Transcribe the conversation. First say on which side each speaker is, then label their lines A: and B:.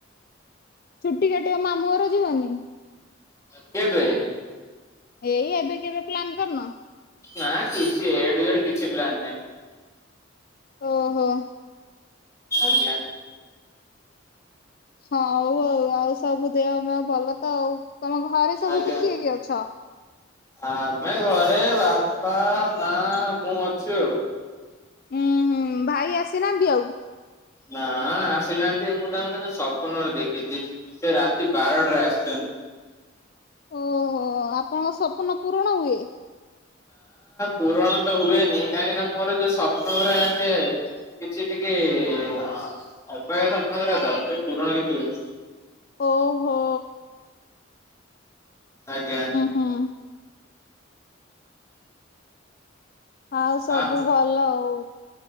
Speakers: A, on the left; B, on the left.
A: ଛୁଟି କାଟିବାକୁ ମାମୁଁଘର ଯିବନି?
B: କେବେ?
A: ଏଇ ଏବେ କେବେ ପ୍ଲାନ୍ କରୁନ?
B: ନା, କିଛି ଏ ଠୁ ଜେଡ କିଛି ପ୍ଲାନ ନାହିଁ।
A: ଓ ହୋ।
B: ଆଜ୍ଞା।
A: ହଉ ଆଉ, ଆଉ ସବୁ ଦେହ <unintelligible> ଭଲ ତ ଆଉ। ତମ ଘରେ ସବୁ
B: ଆଜ୍ଞା,
A: ଏବେ କିଏ କିଏ ଅଛ?
B: ଆମେ ଘରେ ବା ବା, ମା, ମୁଁ ଅଛୁ ଆଉ।
A: ହୁଁ- ହୁଁ, ଭାଇ ଆସିନାହାନ୍ତି ଆଉ?
B: ନା ଆସିନାହାନ୍ତି ଆଉ। ମୁଁ ତାଙ୍କୁ କିନ୍ତୁ ସ୍ୱପ୍ନରେ ଦେଖିଛି ସେ ରାତି ବାରଟାରେ ଆସିଛନ୍ତି। <inaudible>
A: ଓ ହୋ ଆପଣଙ୍କ ସପ୍ନ ପୂରଣ ହୁଏ?
B: ପୂରଣ ତ ହୁଏନି। କାହିଁକିନା, ମୋର ଯୋଉ ସ୍ୱପ୍ନ ଗୁରା ଆସେ କିଛି ଟିକେ ହଁ ଏବେ ସ୍ୱପ୍ନ କଥା ତ ସେ ପୂରଣ କିଛି ହୁଏନି।
A: ଓ ହୋ।
B: ଆଜ୍ଞା।
A: ହୁଁ ଆଉ ସବୁ
B: ଆ
A: ଭଲ ଆଉ।